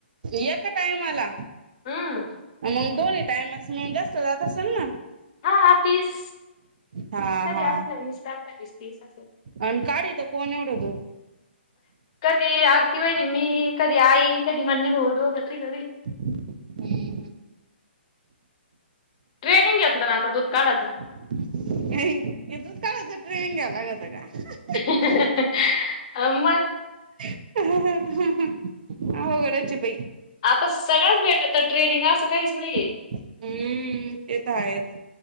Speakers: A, on the right; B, on the left.
A: <inaudible> एका टायमला
B: हम्म
A: मग दोन्ही टाइमसग जास्त जात असेल ना
B: हा हा तीस
A: हा
B: कधी
A: हा
B: असतता वीस तीस असेल
A: आणि कार येत कोण एवढ हो तो
B: कधी आरती वहीनी मी कधी आई कधी म्नाया भाऊ दोघं तिघ
A: <inaudible> हम्म हम
B: ट्रेनिंग घेतलं ना आता दूध काढाचं
A: <unintelligible> ते इथ काढायचं ट्रेनिंग घ्यावं लागत का
B: <unintelligible> अ्म
A: ह ह अवघडच आहे बाई
B: आता सगळ्च भेटत तर ट्रेनिंग असं काहीच नाहीये
A: हम्म ते तर आहेच